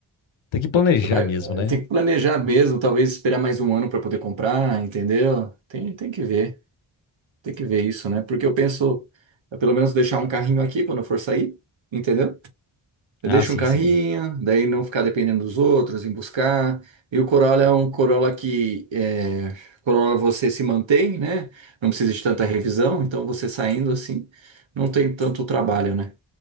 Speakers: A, on the left; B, on the right.
A: Tem que planejar
B: você Vai,
A: mesmo, né?
B: tem que planejar mesmo, talvez esperar mais um ano para poder comprar, entendeu? Tem, tem que ver, tem que ver isso, né? Porque eu penso, é pelo menos deixar um carrinho aqui quando eu for sair, entendeu? Eu
A: Ah,
B: deixo
A: sim,
B: um carrinho,
A: sim.
B: daí não ficar dependendo dos outros em buscar. E o Corolla é um Corolla que é, Corolla você se mantém, né? Não precisa de tanta revisão, então você saindo assim, não tem tanto trabalho, né?